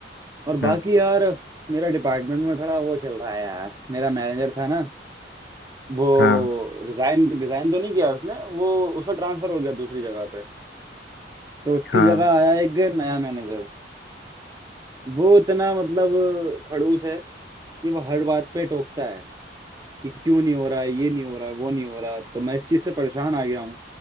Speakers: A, on the right (about 20°); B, on the left (about 60°).
A: और बाकी
B: हाँ
A: यार मेरा डिपार्टमेंट में थोड़ा वो चल रहा है यार मेरा मैनेजर था ना वो
B: हाँ
A: रिजाइन रिजाइन तो नहीं किया उसने वो उसका ट्रांसफर हो गया दूसरी जगह पे तो उसकी
B: हाँ
A: जगह आया एक नया मैनेजर वो इतना मतलब खड़ूस है कि वो हर बात पे टोकता है कि क्यों नहीं हो रहा है ये नहीं हो रहा वो नहीं हो रहा तो मैं इस चीज से परेशान आ गया हूँ